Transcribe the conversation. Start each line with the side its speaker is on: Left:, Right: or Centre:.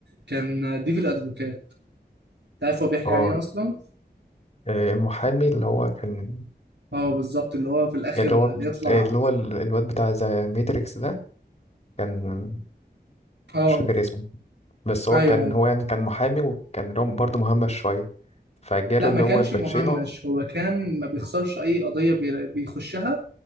Right: كان ديفل ادفوكات تعرف هو بيحكي
Left: اه
Right: عن ايه اصلا
Left: آه، المحامي اللي هو كان
Right: اه بالظبط اللي هو في الاخر
Left: اللي هو ب-
Right: هيطلع
Left: اللي هو ال- الواد بتاع ذا ماتريكس ده كان
Right: اه
Left: مش فاكر اسمه بس هو
Right: ايوه
Left: كان
Right: ايوه
Left: هو يعني كان محامي وكان اللي هو برضه مهمش شوية فجاله
Right: لا
Left: اللي
Right: ما كانش
Left: هو الباتشينو
Right: مهمش هو كان ما بيخسرش اي قضيه بير- بيخشها